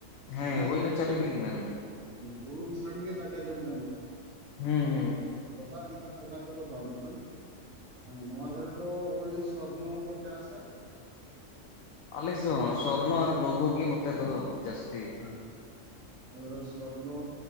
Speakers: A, on the left (about 80°); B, on the right (about 65°).
A: ᱦᱮᱸ
B: ᱢᱟᱱᱮ,
A: ᱦᱩᱭᱱᱟ ᱪᱟᱣᱞᱮ ᱜᱮᱞᱤᱧ ᱢᱮᱱᱫᱟ
B: ᱵᱩᱞᱩᱝ ᱥᱟᱝ ᱜᱮ ᱫᱟᱠᱟ ᱡᱚᱢ ᱜᱟᱱᱚᱜᱼᱟ ᱾
A: ᱦᱮᱸ
B: ᱵᱟᱝ ᱠᱷᱟᱱ ᱚᱱᱟ ᱠᱚᱫᱚ ᱵᱟᱱᱩᱜ-ᱟ᱾ ᱱᱚᱣᱟ ᱠᱚᱨᱮ ᱫᱚ ᱳᱭ ᱥᱚᱨᱱᱚ ᱠᱚ ᱪᱟᱥᱟ ᱾
A: ᱟᱞᱮ ᱥᱮᱜ ᱦᱚᱸ ᱥᱚᱨᱱᱚ ᱟᱨ ᱞᱩᱜᱩ ᱜᱮ ᱱᱚᱛᱮ ᱫᱚ ᱡᱟᱹᱥᱛᱤ ᱾
B: ᱦᱮᱸ ᱟᱞᱮ ᱫᱚ ᱥᱚᱨᱱᱚ